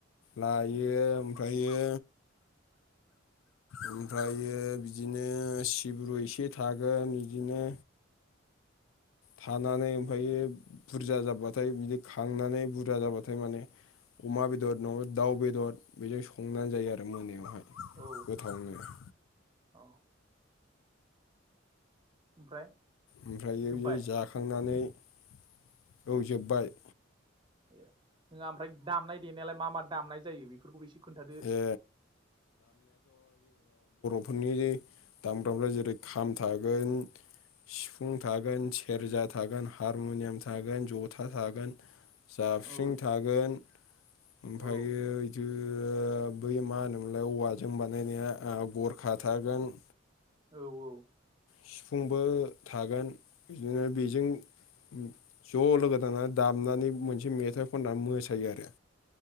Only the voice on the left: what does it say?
लायो ओमफ्रायो, ओमफ्रायो बिदिनो सिब्रु एसे थागोन बिदिनो थानानै ओमफ्रायो बुरजा जाबाथाय बिदि खांनानै बुरजा जाबाथाय माने अमा बेदर नङाबा दाउ बेदर बेजों संनानै जायो आरो मोनायावहाय
गोथांनो
ओमफ्रायो
बियाव जाखांनानै एवजोब्बाय
ए फोरनि दामग्रामफ्रा जेरै खाम थागोन सिफुं थागोन सेरजा थागोन हारमुनियाम थागोन जथा थागोन जाबस्रिं
थागोन ओमफ्रायो
बिदि बै मा होनोमोनलाय औवाजों बानायनाया गरखा थागोन
सिफुंबो थागोन बिदिनो बेजों ज' लोगो नांनानै दानानानै मोनसे मेथाइ खननानै मोसायो आरो